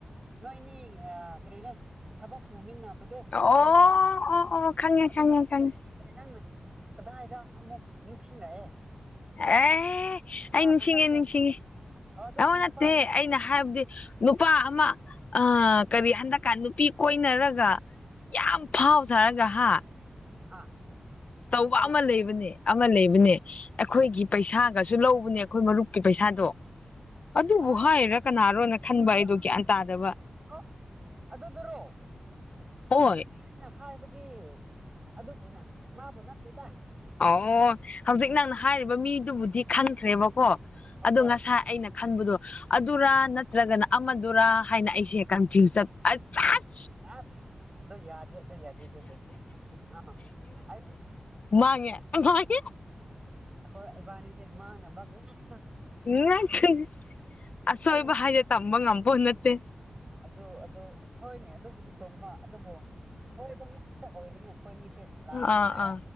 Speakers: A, on the right (about 35°); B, on the left (about 65°).
A: ꯅꯣꯏꯅꯤ ꯀꯔꯤꯅꯣ ꯊꯕꯛ ꯄꯨꯃꯤꯟꯅꯕ ꯗꯣ
B: ꯑꯣ
A: ꯍꯥꯏꯕ ꯇꯥꯔꯦ
B: ꯑꯣ ꯑꯣ ꯈꯪꯉꯦ
A: ꯑꯗꯨꯣꯅ
B: ꯈꯪꯉꯦ ꯈꯪꯉꯦ
A: ꯅꯪꯅ ꯀꯗꯥꯏꯗ ꯑꯃꯨꯛ ꯅꯤꯡꯁꯤꯡꯂꯛꯑꯦ
B: ꯑꯦ
A: ꯃꯥꯕꯨ
B: ꯑꯩ ꯅꯤꯡꯁꯤꯡꯉꯦ
A: ꯅꯠꯇꯦ
B: ꯅꯤꯡꯁꯤꯡꯉꯦ
A: ꯑꯣ ꯑꯗꯨꯅꯤ
B: ꯑꯃꯥ
A: ꯅꯨꯄꯥꯗꯨꯅꯤ
B: ꯅꯠꯇꯦ ꯑꯩꯅ ꯍꯥꯏꯕꯗꯤ ꯅꯨꯄꯥ ꯑꯃ ꯑ ꯀꯔꯤ ꯍꯟꯗꯛꯀꯥꯟ ꯅꯨꯄꯤ ꯀꯣꯏꯅꯔꯒ ꯌꯥꯝ ꯐꯥꯎ ꯁꯥꯔꯒ ꯍꯥ
A: ꯑꯥ
B: ꯇꯧꯕ
A: ꯀꯅꯥ
B: ꯑꯃ ꯂꯩꯕꯅꯦ ꯑꯃ ꯂꯩꯕꯅꯦ ꯑꯩꯈꯣꯏꯒꯤ ꯄꯩꯁꯥꯒꯁꯨ ꯂꯧꯕꯅꯦ ꯑꯩꯈꯣꯏ ꯃꯔꯨꯞꯀꯤ ꯄꯩꯁꯥꯗꯣ ꯑꯗꯨꯕꯨ
A: ꯑ
B: ꯍꯥꯏꯔꯥ ꯀꯅꯥꯔꯣꯅ ꯈꯟꯕ
A: ꯑꯗꯨꯗꯣ
B: ꯑꯩꯗꯣ ꯒ꯭ꯌꯥꯟ ꯇꯥꯗꯕ
A: ꯑꯣ ꯑꯗꯨꯗꯨꯔꯣ
B: ꯍꯣꯏ
A: ꯑꯗꯨꯗꯒꯤ ꯑꯩꯅ ꯍꯥꯏꯕ ꯑꯗꯨ ꯑꯗꯨꯕꯨꯅ ꯃꯥꯕꯨ ꯅꯠꯇꯦꯗ
B: ꯑꯣ ꯍꯧꯖꯤꯛ ꯅꯪꯅ ꯍꯥꯏꯔꯤꯕ ꯃꯤꯗꯨꯕꯨꯗꯤ ꯈꯪꯈ꯭ꯔꯦꯕꯀꯣ
A: ꯑꯍꯣꯏ
B: ꯑꯗꯣ ꯉꯁꯥꯏ ꯑꯩꯅ ꯈꯟꯕꯗꯣ ꯑꯗꯨꯔꯥ
A: ꯎꯝ
B: ꯅꯠꯇ꯭ꯔꯒꯅ ꯑꯃꯗꯨꯔꯥ ꯍꯥꯏꯅ ꯑꯩꯁꯦ ꯀꯟꯐ꯭ꯌꯨꯁ ꯆꯠ <unintelligible>
A: ꯑꯁ ꯑꯗꯨ ꯌꯥꯗꯦ ꯑꯗꯨ ꯌꯥꯗꯦ ꯑꯗꯨꯗꯤ ꯑ ꯑꯩꯠ
B: ꯃꯥꯥꯡꯉꯦ ꯃꯥꯉꯦ
A: ꯑꯩꯈꯣꯏ ꯏꯕꯥꯅꯤꯁꯦ ꯃꯥꯡꯅꯕ ꯉꯥꯛ
B: <unintelligible> ꯑꯁꯣꯏꯕ
A: ꯑꯩꯅꯁꯨ
B: ꯍꯥꯌꯖꯦ ꯇꯝꯕ ꯉꯝꯕ ꯅꯠꯇꯦ
A: ꯑꯗꯨ ꯑꯗꯨ ꯍꯣꯏꯅꯦ ꯑꯗꯨꯕꯨꯗꯤ ꯆꯨꯝꯕ ꯑꯗꯨꯕꯨ ꯁꯣꯏꯕ ꯉꯥꯛꯇ ꯑꯣꯏꯔꯤꯅꯦ ꯑꯩꯈꯣꯏꯅꯤꯁꯤ ꯂꯥꯛꯑꯦ
B: ꯑꯥ ꯑꯥ